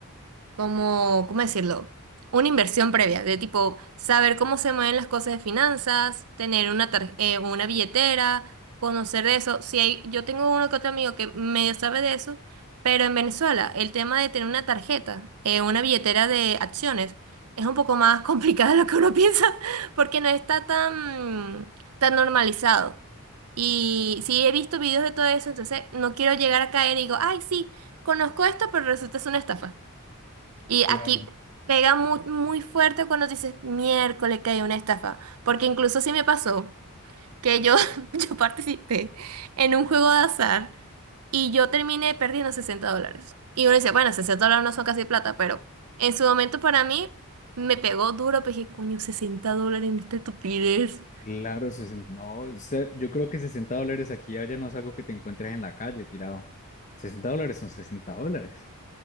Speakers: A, on the right; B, on the left.
A: como, ¿cómo decirlo? Una inversión previa, de tipo saber cómo se mueven las cosas de finanzas, tener una, tar- eh, una billetera, conocer de eso. Si hay, yo tengo uno que otro amigo que medio sabe de eso, pero en Venezuela el tema de tener una tarjeta, eh, una billetera de acciones, es un poco más <laughs> complicado de lo que uno piensa, porque no está tan, tan normalizado. Y sí he visto videos de todo eso, entonces no quiero llegar a caer y digo, ay, sí, conozco esto, pero resulta es una estafa. Y
B: Claro,
A: aquí pega muy, muy fuerte cuando dices miércoles que hay una estafa, porque incluso sí me pasó que yo, <laughs> yo participé en un juego de azar y yo terminé perdiendo 60 dólares. Y uno dice, bueno, 60 dólares no son casi plata, pero en su momento para mí me pegó duro, pues dije, coño, sesenta dólares en esta estupidez.
B: claro, 60 no, se- yo creo que 60 dólares aquí y allá no es algo que te encuentres en la calle tirado. sesenta dólares son 60 dólares.